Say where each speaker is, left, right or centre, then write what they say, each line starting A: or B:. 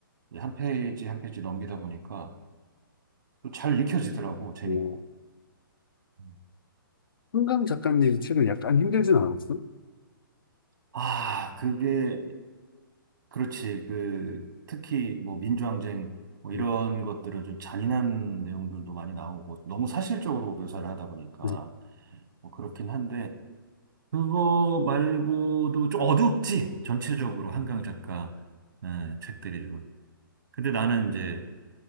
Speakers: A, on the right; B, on the left.
A: 이한 페이지 한 페이지 넘기다 보니까 또 잘 읽혀지더라고. 재밌고.
B: 뭐,
A: 음.
B: 한강 작가님 책은 약간 힘들진 않았어?
A: 아, 그게 그렇지. 그 특히 뭐 민주항쟁 뭐 이런
B: 예.
A: 것들은 좀 잔인한 내용들도 많이 나오고 너무 사실적으로 묘사를 하다 보니까
B: 음,
A: 뭐 그렇긴 한데 그거 말고도 좀 어둡지. 전체적으로 한강 작가 예, 책들이 좀. 근데 나는 이제